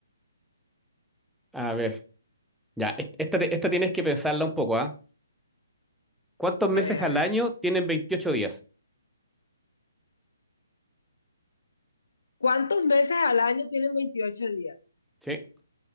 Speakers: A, in the centre; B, on the left.
A: A ver, ya, est- esta, te- esta tienes que pensarla un poco, ¿ah? ¿Cuántos meses
B: A ver,
A: al
B: a ver.
A: año tienen 28 días?
B: ¿Cuántos meses al año tienen 28 días?
A: Sí.